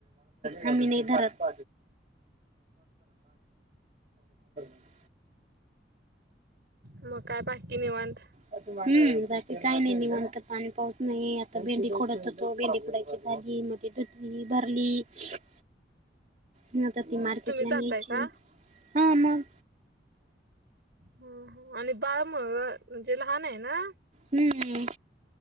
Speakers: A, on the right; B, on the right.
A: आम्ही नाही धरत. <unintelligible>
B: मग काय बाकी निवांत?
A: हम बाकी काही नाही नि म्हणत पाणी पाऊस नाही आता भेंडी खोडात होतो भेंडी खुडायची झाली. <unintelligible>
B: <inaudible>
A: म आता ती मार्केटला
B: तुम्ही जाताय
A: नेहची
B: का
A: हा मग.
B: ह आणि बाळ मग म्हणजे लहान आहे ना.
A: हम्म.